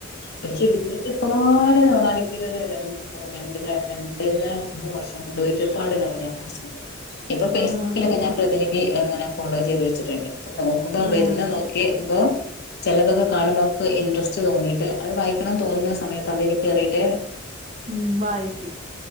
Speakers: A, on the left; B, on the right.
A: <unintelligible> രണ്ടുമൂന്നു വർഷം കൊണ്ട് ഒരുപാട് നോർവൽഞാൻ വായിച്ചിണ്ട്- ഇപ്പം ഫെയ്സ്ബുക്കിലൊക്കെ
B: ആഹ്
A: ഞാൻ പ്രതിനിധി ഇങ്ങനെ ഫോളോ ചെയ്തു വച്ചിട്ടുണ്ട് നോക്കുമ്പോൾ
B: ആഹ്
A: വരുന്ന നോക്കി എന്തോ ചെലതൊക്കെ കാണുമ്പം നമുക്ക് ഇൻട്രസ്റ്റ് തോന്നീട്ട് അത് വായിക്കണം ന്ന് തോന്ന്ന്ന സമയത്ത് അതില് കേറീട്ട്
B: ഉം വായി ക്ക്യും